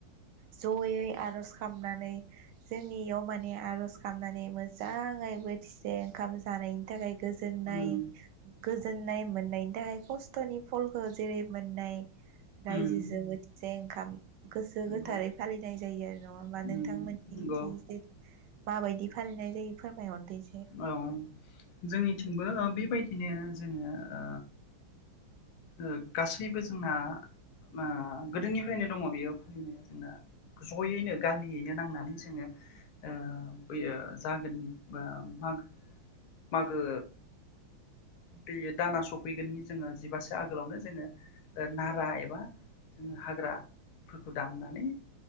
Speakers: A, on the right (about 70°); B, on the left (about 85°).
A: जयै आरज खामनानै जोंनि इयाव माने आरज खालामनानै मोजाङै बोथि <unintelligible> ओंखाम जानायनि थाखाय गोजोननाय
B: उम
A: गोजोननाय मोननायनि थाखाय खस्थनि फलखौ जेरै मोननाय दायजो
B: उम
A: जोबोद जें खाम गोसो
B: नंगौ
A: गोथारै फालिनाय जायो आरो नङा होमबा
B: उम
A: नोंथांमोननिथि
B: नंगौ
A: जे मा बायदि फालिनाय जायो फोरमाय हरदो?
B: औ जोंनिथिंबो बेबायदि बिदिनो जोङो ओ ओ गासैबो जोंना मा गोदोनिफ्रायनो दङ बेयो फालिनाया जोंना जयैनो गामियैनो नांनानै जोङो ओ बैयो जागोननि बा मागो मागो दै दाना सफैगोन जोङो जिबासो आगोलावनो जोङो नारा एबा जोङो हाग्राफोरखौ दाननानै